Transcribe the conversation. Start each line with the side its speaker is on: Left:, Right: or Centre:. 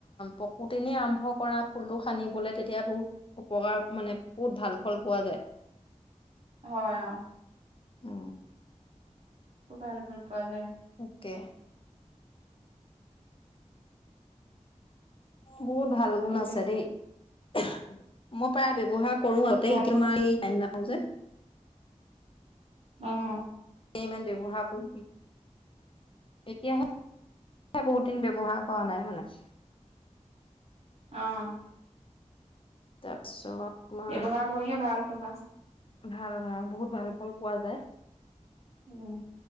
Left: পকুতেনেই আৰম্ভ কৰা ফুলটো সানিবলে তেতিয়া বহুত উপকাৰ মানে বহুত ভাল ফল পোৱা যায়
Right: হয় অ
Left: অ
Right: খুব ভাল ফল পোৱা যায়
Left: অকে বহুত ভাল
Right: সেইটোৱে
Left: গুণ আছে দেই, মোৰ প্ৰায় ব্যৱহাৰ কৰোঁঙ আগতে
Right: ভাল
Left: এতিয়া
Right: গুণ আছে
Left: মই টাইম নাপাওঁ যে
Right: অ'
Left: ইমান ব্যৱহাৰ কৰিবি এতিয়াহে বহুত দিন ব্যৱহাৰ কৰা নাই মানে
Right: অ
Left: তাৰপিছত তোমাৰ
Right: ব্যৱহাৰ কৰিলে ভাল পাবা
Left: ভাল ভাল বহুত ভাল ফল পোৱা যায়
Right: উম